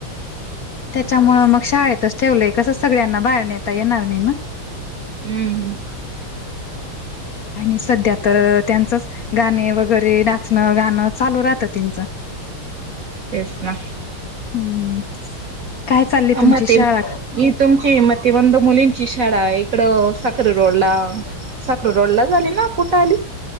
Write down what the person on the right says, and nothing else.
हम्म हम्
येस ना
आ
म
ते तुमची म त वंद मुलींची शाळा आहे इकडं साख्री रोड ला साखर रोड ला झाली ना कुठे आली